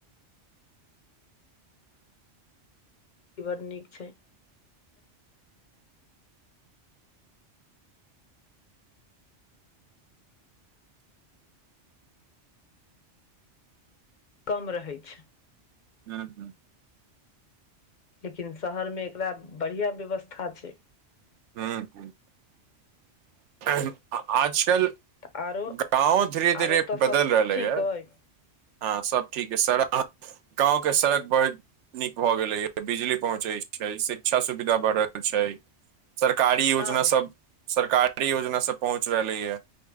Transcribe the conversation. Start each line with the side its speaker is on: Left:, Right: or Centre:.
Left: ई बड्ड नीक छै। कम रहै छै।
Right: हूँ हूँ
Left: लेकिन शहरमे एकरा बढ़िआँ व्यवस्था छै।
Right: हूं ए ह आ आजकल
Left: तऽ आरो
Right: गाँवो धीरे धीरे
Left: आरो ओतऽ
Right: बदल
Left: सब
Right: रहलैए।
Left: ठीक अइ
Right: हँ सब ठीक ऐ सड़क गाँव के सड़क बर नीक भऽ गेलैए, बिजली पहुँचै छै, शिक्षा सुविधा बढ़ रहल छै सरकारी योजना
Left: हँ
Right: सब सरकारी योजना सब पहुँच रहलैयै।